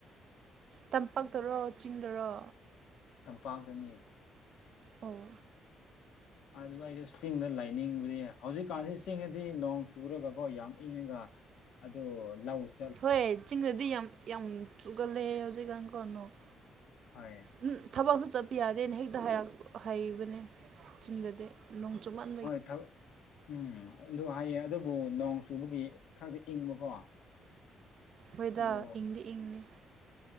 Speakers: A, on the right; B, on the left.
A: ꯇꯝꯄꯥꯛꯇꯔꯣ ꯆꯤꯡꯗꯔꯣ
B: ꯇꯝꯄꯥꯛꯇꯅꯤ
A: ꯑꯣ
B: ꯑꯗꯨꯒ ꯑꯩꯗ‌ꯣ ꯆꯤꯡꯗ ꯂꯩꯅꯤꯡꯕꯗꯤ ꯍꯧꯖꯤꯛꯀꯥꯟꯖꯤ ꯆꯤꯡꯗꯗꯤ ꯅꯣꯡ ꯆꯨꯔꯒꯀꯣ ꯌꯥꯝ ꯏꯪꯉꯒ ꯑꯗ‌ꯣ ꯂꯧꯁ
A: ꯍꯣꯏ ꯆꯤꯡꯗꯗꯤ ꯌꯥꯝ ꯌꯥꯝ ꯆꯨꯒꯜꯂ‌ꯦ ꯍꯧꯖꯤꯛꯀꯥꯟꯀ‌ꯣ ꯅꯣꯡ
B: ꯍ‌ꯣꯏ
A: ꯎꯝ ꯊꯕꯛꯁꯨ ꯆꯠꯄ ꯌꯥꯗꯦꯅ ꯍꯦꯛꯇ ꯍꯥꯏꯔꯛꯄ ꯍꯥꯏꯕꯅꯦ ꯆꯤꯡꯗꯗꯤ ꯅꯣꯡ ꯆꯨꯃꯟ
B: ꯍꯣꯏ ꯊꯕꯛ ꯎꯝ ꯑꯗꯨ ꯍꯥꯏꯌꯦ ꯑꯗꯨꯕꯨ ꯅꯣꯡ ꯆꯨꯕꯒꯤ ꯈꯔꯗꯤ ꯏꯪꯕꯀꯣ
A: ꯍꯣꯏꯗ
B: ꯑꯗꯨ
A: ꯏꯪꯗꯤ ꯏꯪꯅꯤ